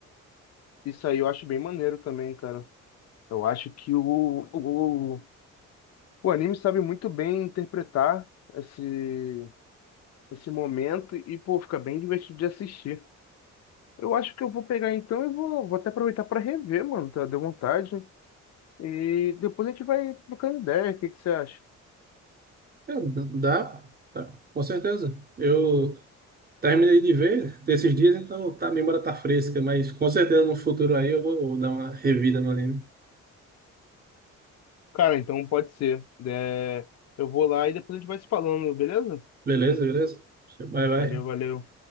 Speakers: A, on the left; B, on the right.
A: isso aí, eu acho bem maneiro também, cara. Eu acho que o, o, o anime sabe muito bem interpretar esse, esse momento e, pô, fica bem divertido de assistir. Eu acho que eu vou pegar então e vou, vou até aproveitar para rever, mano, tá? Deu vontade. E depois a gente vai trocando ideia, o que que você acha?
B: É, dá, dá, com certeza. Eu terminei de ver desses dias, então tá, a memória tá fresca, mas com certeza no futuro aí eu vou dar uma revida no anime.
A: Cara, então pode ser. É, eu vou lá e depois a gente vai se falando, beleza?
B: Beleza, beleza? Bye, bye.
A: Valeu, valeu.